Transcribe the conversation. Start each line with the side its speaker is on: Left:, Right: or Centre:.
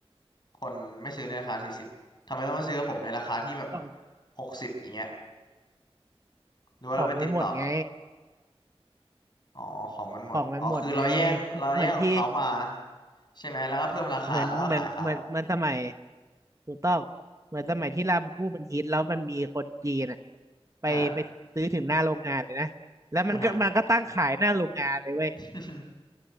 Left: คนไม่ซื้อในราคาสี่สิบทำไมต้องมาซื้อกับผมในราคาที่แบบ
Right: ของ
Left: หกสิบอย่างเงี้ยหรือว่าเราไปติดต่อกับ
Right: ของมันหมดไง
Left: อ๋อของมันหมดอ๋อคือเราแย่งเราแย่งของเขามา
Right: ของมันหมดไงเหมือนที่
Left: ใช่ไหมแล้วก็เพิ่มราคาแล้วก็ขายเขา
Right: เหมือนเหมือนเหมือนเหมือนสมัยถูกต้องเหมือนสมัยที่ลาบูบูมันฮิตแล้วมันมีคนจีนอ่ะไปไปซื้อถึงหน้าโรงงานเลยนะแล้วมันก็มันก็ตั้งขายหน้าโรงงานเลยเว้ย
Left: อ่าอ่าฮะ <laughs>